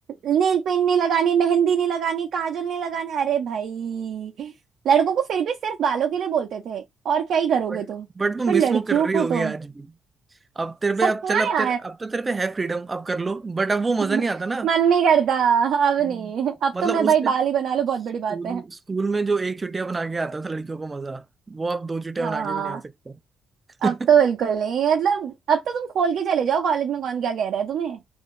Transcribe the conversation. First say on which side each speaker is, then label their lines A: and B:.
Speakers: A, on the right; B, on the right.
A: नेल पेंट नहीं लगानी मेहंदी नहीं लगानी काजल नहीं लगानी अरे भाई लड़कों को फिर भी सिर्फ बालों के लिए बोलते थे और क्या ही करोगे
B: बट
A: तुम
B: बट <laughs> तुम
A: पर
B: मिस
A: लड़कियों
B: वो कर रही
A: को
B: होगी
A: तो
B: आज भी अब तेरे
A: सच
B: पे अब
A: में,
B: चल
A: हाँ
B: अब
A: यार
B: तेरे अब तो तेरे पे है फ्रीडम अब कर लो बट अब वो
A: <laughs>
B: मजा नहीं आता ना
A: मन नहीं करता अब
B: हम्म।
A: नहीं अब
B: मतलब
A: तो मैं
B: उस
A: भाई
B: टाइम
A: बाल ही बना लूं बहुत
B: स्कूल
A: बड़ी बात है
B: स्कूल में जो एक चुटिया बना के आता था लड़कियों को मजा वो अब दो चुटिया
A: हाँ
B: बना के भी नहीं आ सकता
A: अब तो
B: <laughs>
A: बिल्कुल नहीं मतलब अब तो तुम खोल के चले जाओ कॉलेज में कौन क्या कह रहा है तुम्हें